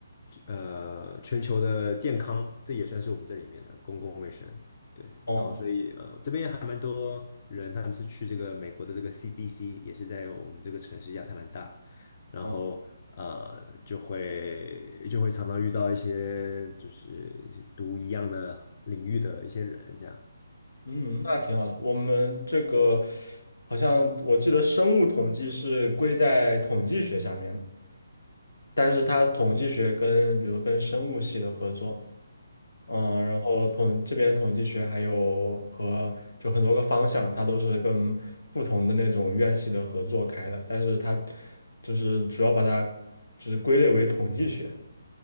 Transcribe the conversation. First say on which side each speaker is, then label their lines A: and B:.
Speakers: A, on the left; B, on the left.
A: 呃，全球的健康，这也算是我们这里面的公共卫生。对，
B: 哦
A: 然后所以呃，这边还蛮多人，他们是去这个美国的这个 CDC，也是在我们这个城市亚特兰大，然后呃，
B: 哦。
A: 就会就会常常遇到一些就是读一样的领域的一些人这样。
B: 嗯，那挺好的。我们这个好像我记得生物统计是归在统计学下面的，但是它统计学跟比如跟生物系的合作，嗯，然后统这边统计学还有和就很多个方向，它都是跟不同的那种院系的合作开的，但是它就是主要把它就是归类为统计学。